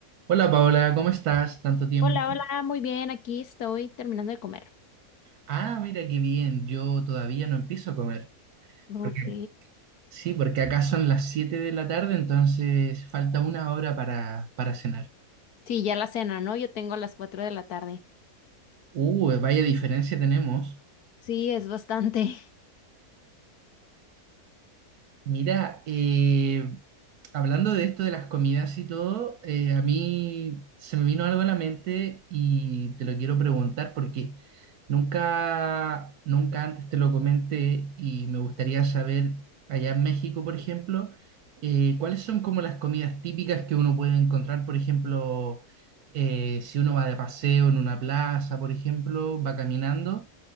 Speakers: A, on the right (about 80°); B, on the left (about 80°).
A: Hola Paola, ¿cómo estás? Tanto tiempo.
B: Hola, hola, muy bien, aquí estoy terminando de comer.
A: Ah, mira qué bien, yo todavía no empiezo a comer.
B: Ok.
A: Porque, sí, porque acá son las 7 de la tarde, entonces falta una hora para, para cenar.
B: Sí, ya la cena, ¿no? Yo tengo a las 4 de la tarde.
A: Uh, vaya diferencia tenemos.
B: Sí, es bastante. <laughs>
A: Mira, eh, hablando de esto de las comidas y todo, eh, a mí se me vino algo a la mente y te lo quiero preguntar porque nunca, nunca antes te lo comenté y me gustaría saber, allá en México, por ejemplo, eh, cuáles son como las comidas típicas que uno puede encontrar, por ejemplo, eh, si uno va de paseo en una plaza, por ejemplo, va caminando.